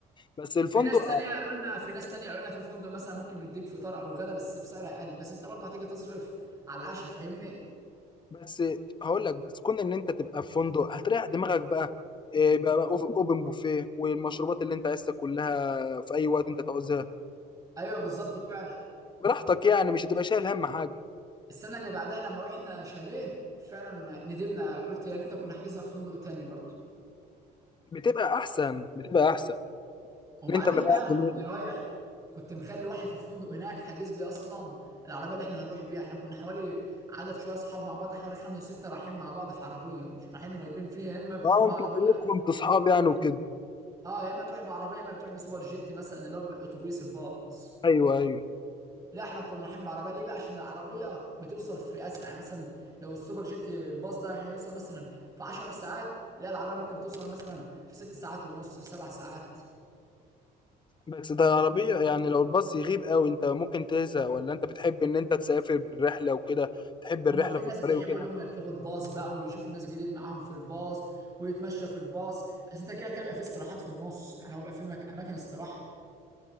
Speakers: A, on the left (about 25°); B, on the right (about 20°).
A: بس الفندق
B: في ناس تانية قالوا لنا في ناس تانية قالوا لنا في فندق مثلا ممكن يديك فطار او غدا بس بسعر اقل بس انت برضه هتيجي تصرف على العشاء فاهمني
A: بس هقول لك بس كون ان انت تبقى في فندق هتريح دماغك بقى إيه بقى, بقى أوف- اوبن بوفيه والمشروبات اللي انت عايزها كلها في اي وقت انت تعوزها
B: ايوه بالظبط فعلا
A: فبراحتك يعني مش هتبقى شايل هم حاجه
B: السنة اللي بعدها لما رحنا شاليه فعلا ما ندمنا قلت يا ريتنا كنا حجزنا في فندق تاني برضه
A: بتبقى احسن بتبقى احسن
B: وبعدين
A: ان انت مريح
B: بقى انا كنت
A: دماغك
B: رايح كنت مخلي واحد في الفندق هناك حاجز لي اصلا العربيه اللي احنا هنروح بيها احنا كنا حوالي عدد شويه اصحاب مع بعض حوالي خمسه وسته رايحين مع بعض في عربيه مش رايحين راكبين فيها يا اما بتروح
A: اه
B: بعربيه
A: انتوا كلكم انتوا اصحاب يعني وكده
B: اه يا اما تروح بعربيه يا اما بتروح بسوبر جيت مثلا اللي هو بيبقى الاتوبيس الباص
A: ايوه ايوه
B: لا احنا كنا رايحين بعربيه ليه بقى عشان العربيه بتوصل في اسرع يعني مثلا لو السوبر جيت الباص ده هيوصل مثلا في 10 ساعات لا العربيه ممكن توصل مثلا في 6 ساعات ونص في 7 ساعات
A: بس ده العربيه يعني لو الباص يغيب قوي انت ممكن تزهق ولا انت بتحب ان انت تسافر بالرحله وكده تحب الرحله
B: اما في
A: في
B: ناس
A: الطريق
B: بيحبوا
A: وكده
B: اللي هم يركبوا الباص بقى ويشوفوا ناس جديد معاهم في الباص ويتمشى في الباص بس انت كده كده بيبقى في استراحات في النص يعني هو بيبقى في مك... اماكن استراحه